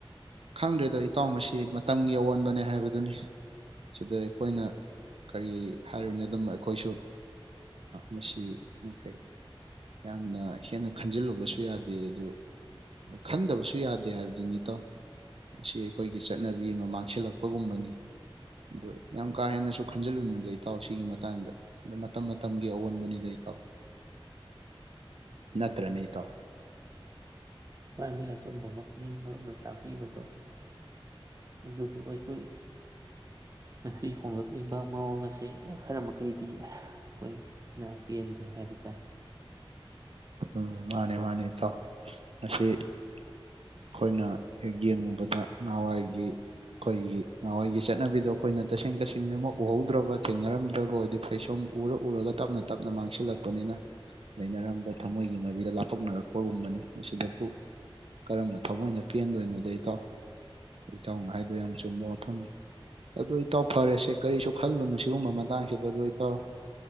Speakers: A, on the right; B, on the right.
A: ꯈꯪꯗ꯭ꯔꯦꯗ ꯏꯇꯥꯎ ꯃꯁꯤ ꯃꯇꯝꯒꯤ ꯑꯑꯣꯟꯕꯅꯦ ꯍꯥꯏꯕꯗꯨꯅꯤ ꯁꯤꯗ ꯑꯩꯈꯣꯏꯅ ꯀꯔꯤ ꯍꯥꯏꯔꯨꯅꯤ ꯑꯗꯨꯝ ꯑꯩꯈꯣꯏꯁꯨ ꯃꯁꯤ ꯀꯩ ꯌꯥꯝꯅ ꯍꯦꯟꯅ ꯈꯟꯖꯤꯜꯂꯨꯕꯁꯨ ꯌꯥꯗꯦ ꯑꯗꯨ ꯈꯟꯗꯕꯁꯨ ꯌꯥꯗꯦ ꯍꯥꯏꯕꯗꯨꯅꯤ ꯏꯇꯥꯎ ꯃꯁꯤ ꯑꯩꯈꯣꯏꯒꯤ ꯆꯠꯅꯕꯤ ꯑꯃ ꯃꯥꯡꯁꯤꯜꯂꯛꯄꯒꯨꯝꯕꯅꯤ ꯑꯗꯨ ꯌꯥꯝ ꯀꯥ ꯍꯦꯟꯅꯁꯨ ꯈꯟꯖꯤꯜꯂꯨꯅꯗ ꯏꯇꯥꯎ ꯁꯤꯒꯤ ꯃꯇꯥꯡꯗ ꯑ ꯃꯇꯝ ꯃꯇꯝꯒꯤ ꯑꯑꯣꯟꯕꯅꯤꯗ ꯏꯇꯥꯎ ꯅꯠꯇ ꯅꯩꯅꯇꯥ
B: ꯅꯤ ꯑꯆꯨꯝꯚꯃꯛꯅꯤ ꯃ ꯃꯇꯥꯄꯤ ꯃꯇꯣ ꯑꯗꯨꯕꯨ ꯑꯩꯈꯣꯏ ꯉ ꯍꯣꯡꯂꯛꯂꯤꯕ ꯃꯑꯣꯡ ꯑ ꯑꯁꯤ ꯈꯔ ꯃꯈꯩꯗꯤ ꯑꯩꯈꯣꯏ ꯉ ꯄꯦꯟꯗꯦ ꯍꯥꯏꯕ ꯇꯥꯏ
A: ꯎ ꯃꯥꯅꯦ ꯃꯥꯅꯦ ꯏꯇꯥꯎ ꯃꯁꯤ ꯑꯩꯈꯣꯏꯅ ꯍꯦꯛ ꯌꯦꯡꯉꯨꯕꯗ ꯉꯍꯥꯟꯋꯥꯏꯒꯤ ꯑꯩꯈꯣꯏꯒꯤ ꯉꯍꯥꯟꯋꯥꯏꯒꯤ ꯆꯠꯅꯕꯤꯗꯣ ꯑꯩꯈꯣꯏꯅ ꯇꯁꯦꯡ ꯇꯁꯦꯡꯅ ꯑꯃ ꯎꯍꯧꯗ꯭ꯔꯕ ꯊꯦꯡꯅꯔꯝꯗ꯭ꯔꯕ ꯑꯣꯏꯗꯤ ꯐꯩꯁꯨꯝ ꯎꯔ ꯎꯔꯒ ꯇꯞꯅ ꯇꯞꯅ ꯃꯥꯡꯁꯤꯜꯂꯛꯄꯅꯤꯅ ꯂꯩꯅꯔꯝꯕ ꯊꯃꯣꯏꯒꯤ ꯃꯔꯤꯗ ꯂꯥꯞꯄꯛꯅꯔꯛꯄꯒꯨꯝꯕꯅꯤ ꯃꯁꯤꯗꯕꯨ ꯀꯔꯝꯕ ꯊꯃꯣꯏꯅ ꯄꯦꯟꯗꯣꯏꯅꯣꯗ ꯏꯇꯥꯎ ꯏꯇꯥꯎꯅ ꯍꯥꯏꯗꯣꯏ ꯌꯥꯝ ꯆꯨꯝꯕ ꯋꯥꯐꯝꯅꯤ ꯑꯗꯨꯗ ꯏꯇꯥꯎ ꯐꯔꯁꯦ ꯀꯔꯤꯁꯨ ꯈꯜꯂꯨꯅꯨ ꯁꯤꯒꯨꯝꯕ ꯃꯇꯥꯡꯁꯤꯗ ꯑꯗꯨꯣ ꯏꯇꯥꯎ